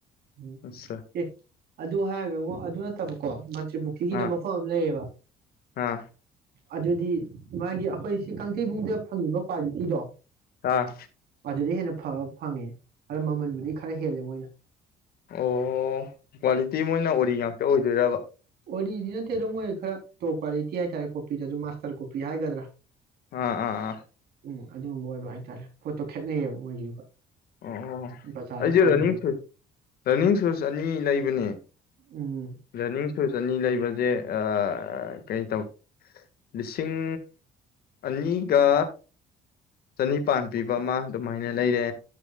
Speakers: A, on the right (about 70°); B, on the left (about 65°).
A: ꯎꯝ
B: ꯑꯆꯥ
A: ꯑꯦ ꯑꯗꯨ ꯍꯥꯏꯔꯒ ꯑꯗꯨ ꯅꯠꯇꯕꯀꯣ ꯇ꯭ꯔꯤꯄꯨ꯭ꯀꯤꯒꯤꯗ
B: ꯑꯥ
A: ꯃꯐꯝ ꯑꯃ ꯂꯩꯌꯦꯕ
B: ꯑꯥ
A: ꯑꯗꯨꯗꯤ ꯃꯥꯒꯤ ꯑꯩꯈꯣꯏ ꯁꯤ ꯀꯥꯡꯖꯩꯕꯨꯡꯗ ꯐꯪꯉꯤꯕ ꯀ꯭ꯋꯥꯂꯤꯇꯤꯗꯣ
B: ꯑꯥ꯫
A: ꯑꯗꯨꯗꯩ ꯍꯦꯟꯅ ꯐꯕ ꯐꯪꯉꯦ ꯑꯗꯣ ꯃꯃꯜꯕꯨꯗꯤ ꯈꯔ ꯍꯦꯜꯂꯦ ꯃꯣꯏꯅ꯫
B: ꯑꯣ ꯀ꯭ꯋꯥꯂꯤꯇꯤ ꯃꯣꯏꯅ ꯑꯔꯤ ꯉꯥꯛꯇ ꯑꯣꯏꯗꯣꯏꯔꯥꯕ?
A: ꯑꯣꯔꯤꯗꯤ ꯅꯠꯇꯦ ꯑꯗꯣ ꯃꯣꯏ ꯈꯔ ꯇꯣꯞ ꯀ꯭ꯋꯥꯂꯤꯇꯤ ꯍꯥꯏꯇꯥꯔꯦ ꯀꯣꯄꯤꯗꯖꯨ ꯃꯥꯁꯇꯔ ꯀꯣꯄꯤ ꯍꯥꯏꯒꯗ꯭ꯔꯥ꯫
B: ꯑꯥ ꯑꯥ ꯑꯥ꯫
A: ꯎꯝ ꯑꯗꯨꯒꯨꯝꯕ ꯑꯣꯏꯕ ꯍꯥꯏꯇꯥꯔꯦ ꯄꯣꯠꯇꯣ ꯈꯦꯠꯅꯩꯌꯦꯕ ꯃꯣꯏꯒꯤꯗꯨꯒ꯫
B: ꯑꯣ ꯑꯣ
A: ꯕꯖꯥꯔꯗ
B: ꯑꯩꯖꯦ
A: ꯐꯪꯉꯤꯗꯨꯒ
B: ꯔꯟꯅꯤꯡ ꯁꯨꯁ ꯔꯟꯅꯤꯡ ꯁꯨꯁ ꯑꯅꯤ ꯂꯩꯕꯅꯦ
A: ꯎꯝ
B: <unintelligible> ꯁꯨꯁ ꯑꯅꯤ ꯂꯩꯕꯖꯦ ꯑꯥ ꯀꯩ ꯇꯧ ꯂꯤꯁꯤꯡ ꯑꯅꯤꯒꯥ ꯆꯅꯤꯄꯥꯟ ꯄꯤꯕ ꯑꯃ ꯑꯗꯨꯃꯥꯏꯅ ꯂꯩꯔꯦ꯫